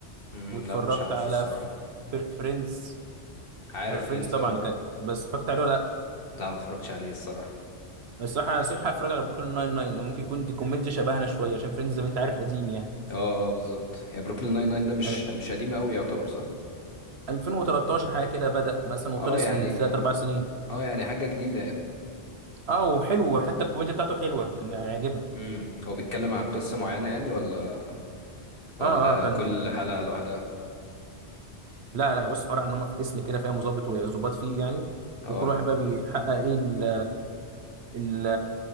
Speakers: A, on the left; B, on the right.
A: امم
B: واتفرجت
A: لا مش عارف
B: على
A: الصراحة
B: فريندز
A: عارف
B: على فريندز
A: فينز
B: طبعا
A: اه
B: كان بس اتفرجت عليه ولا لا
A: لا ما اتفرجتش عليه الصراحة
B: بس الصراحه انا نصيحه اتفرج على بروكلين ناين ناين لأن ممكن يكون دي كوميديا شبهنا شويه عشان فريندز زي ما انت عارف قديم يعني
A: اه اه بالظبط هي بروكلين ناين ناين ده مش
B: يعني
A: مش قديم قوي يعتبر صح
B: 2013 حاجه كده بدأ مثلا وخلص
A: اه يعني
B: من ثلاث اربع سنين
A: اه يعني حاجة جديدة يعني
B: اه وحلو وحتى الكوميديا بتاعته حلوه كان يعجبك
A: امم هو بيتكلم عن قصة معينة يعني ولا ولا
B: اه اه كان
A: كل حلقة لوحدها
B: لا لا بص حوار ان هم في اسم كده فاهم وظابط وظباط فيه يعني
A: اه
B: وكل واحد بقى بيحقق ايه ال ال